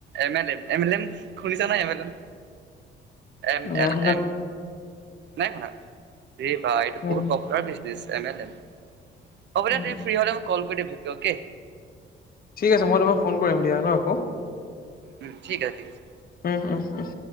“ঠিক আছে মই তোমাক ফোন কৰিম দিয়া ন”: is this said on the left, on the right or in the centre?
Left